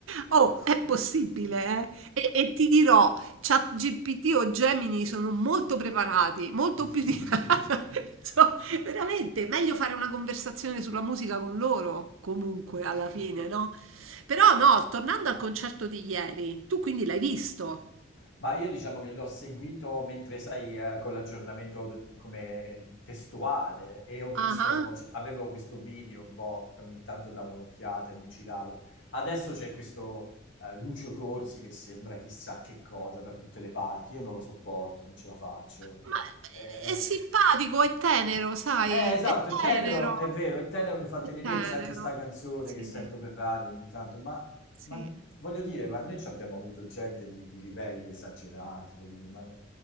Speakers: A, on the right; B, on the left.
A: Oh, è possibile, eh? E, e ti dirò, ChatGPT o Gemini sono molto preparati, molto
B: <laughs>
A: più di... <laughs> So, veramente, meglio fare una conversazione sulla musica con loro, comunque, alla fine, no? Però no, tornando al concerto di ieri, tu quindi l'hai visto?
B: Ma io diciamo che l'ho seguito mentre, sai, eh, con l'aggiornamento auto- come eh, testuale e ho visto,
A: Ah, ah.
B: cioè, avevo questo video un po' che ogni tanto davo un'occhiata e mi giravo. Adesso c'è questo eh, Lucio Corsi che sembra chissà che cosa da tutte le parti, io non lo sopporto, non ce la faccio.
A: Ma
B: Eh,
A: eh, è simpatico, è tenero, sai?
B: Eh, esatto,
A: È tenero,
B: è tenero, è vero, è tenero, mi fa tenerezza
A: è tenero.
B: anche sta canzone
A: Sì.
B: che sento per radio ogni tanto, ma,
A: Sì,
B: ma voglio dire, ma noi ci abbiamo avuto gente di, di livelli esagerati, voglio dire, ma